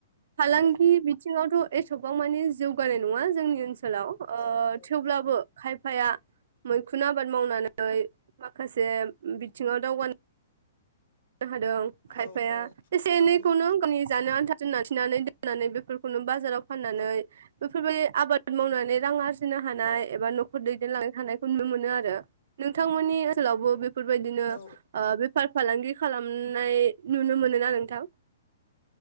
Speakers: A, on the right (about 70°); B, on the left (about 70°).
A: फालांगि
B: औ
A: बिथिङावथ' एथ'बां माने जौगानाय नङा जोंनि ओनसोल लाव ओ
B: औ औ
A: थेवब्लाबो
B: औ
A: खाय फाया मैखुन आबाद मावनानै माखासे बिथिङाव दावगानो हादों खायफाया
B: औ
A: एसे एनैखौनो
B: औ नोंथां
A: गावनि जानो आनथा <unintelligible> लाखिनानै दोननानै बेफोरखौनो बाजार जाराव फाननानै
B: औ
A: बेफोरबायदि आबाद मावनानै रां आ रजिनो हानाय
B: औ
A: एबा नखर दैदेनलांनो हानायखौ नुनो मोनो आरो नोंथांमोननि ओनसोलावबो बे फोरबायदिनो
B: औ
A: ओ बेफार फालांगि खामनाय नुनो मोनोना नोंथां